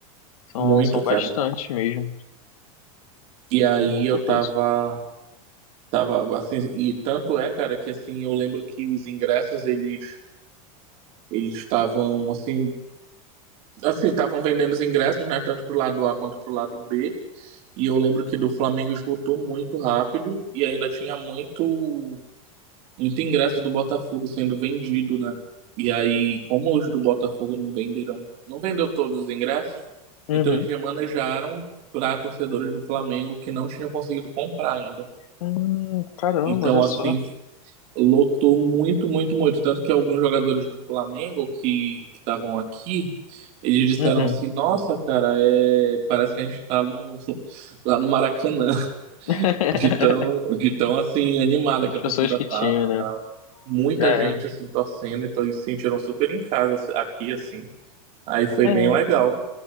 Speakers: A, on the left (about 70°); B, on the right (about 35°).
A: São,
B: muito,
A: são
B: cara.
A: bastante mesmo,
B: E aí
A: tem muita
B: eu tava,
A: coisa.
B: tava assim, e tanto é, cara, que assim, eu lembro que os ingressos, eles eles estavam assim, assim, estavam vendendo os ingressos, né, tanto pro lado A quanto pro lado B. E eu lembro que do Flamengo esgotou muito rápido e ainda tinha muito muito ingresso do Botafogo sendo vendido, né? E aí, como os do Botafogo não venderam, não vendeu todos os ingressos,
A: Uhum.
B: então eles remanejaram para torcedores do Flamengo que não tinham conseguido comprar ainda.
A: Hum, caramba,
B: Então,
A: olha só.
B: assim, lotou muito, muito, muito. Tanto que alguns jogadores do Flamengo que que estavam aqui, eles disseram
A: Uhum.
B: assim, nossa, cara, é... parece que a gente tá no... <laughs> lá no Maracanã.
A: <laughs>
B: De tão, de tão assim animada
A: As
B: que a
A: pessoas
B: torcida
A: que
B: tava
A: tinham,
B: e
A: né?
B: tal. Muita
A: É,
B: gente assim torcendo, então eles se sentiram super em casa assim, aqui assim. Aí foi
A: é.
B: bem legal.